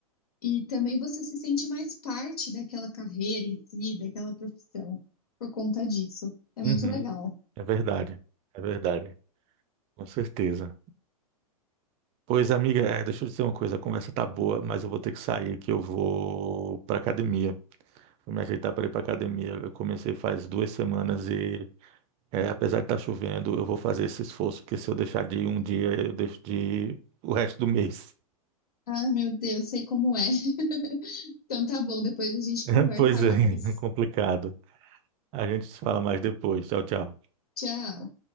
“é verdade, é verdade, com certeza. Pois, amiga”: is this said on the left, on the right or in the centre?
Right